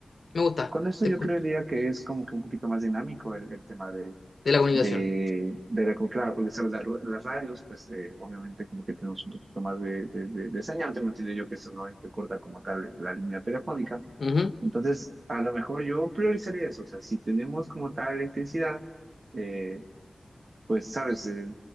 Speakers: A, on the left; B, on the right.
A: me gusta,
B: con esto
A: te
B: yo
A: escu-
B: creería que es como que un poquito más dinámico el el tema de
A: de la comunicación.
B: de, de la- claro, porque sabes, la- ru- las radios, pues eh, obviamente como que tenemos un poquito más de, de, de, de señal, tengo entendido yo que eso no entrecorta como tal la línea telefónica,
A: Ujú.
B: entonces a lo mejor yo priorizaría eso, o sea, si tenemos como tal electricidad, eh, pues sabes, eh,